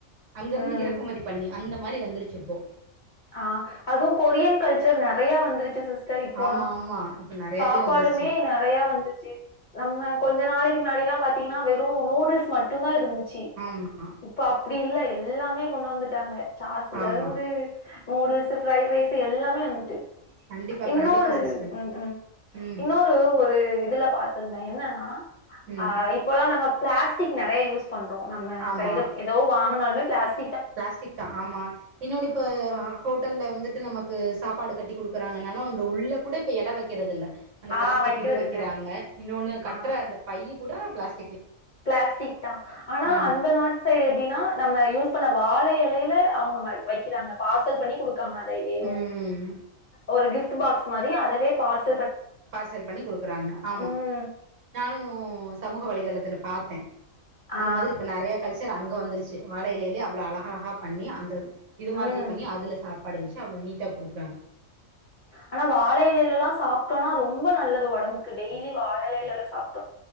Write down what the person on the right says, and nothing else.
அங்கிருந்து
இறக்குமதி அந்த மாரி வந்துருச்சிப்போ
ஆமா ஆமா இப்ப நெறையாவே
வந்துருச்சு
ஆமா
ஆமா
கண்டிப்பா
கண்டிப்பா சிஸ்டர்
ம்
ம்
ஆமா
பிளாஸ்டிக் தா ஆமா இன்னொன்னு இப்ப ஹோட்டல்ல வந்துட்டு நமக்கு சாப்பாடு கட்டி கொடுக்குறாங்கனாலு அந்த உள்ளே கூட இப்போ எல வைக்கிறதில்ல அந்த பிளாஸ்டிக்
இது வைக்கிறாங்க
இன்னொன்னு கட்டுற
அந்த பையி கூடா பிளாக்
ஆமா
ம்
பார்சல் பண்ணி குடுக்குறாங்க ஆமா
நானு சமூக வலைதளத்துல பாத்தே அந்த
மாதிரி இப்ப நெறைய கல்ச்சர் அங்க வந்துருச்சு வாழைஇலையிலேயே அவ்வளோ அழகழகா பண்ணி அந்த இது மாதிரி
பண்ணி அதுல சாப்ப மடிச்சு அவ்ளோ நீட்டா குடுக்கறாங்க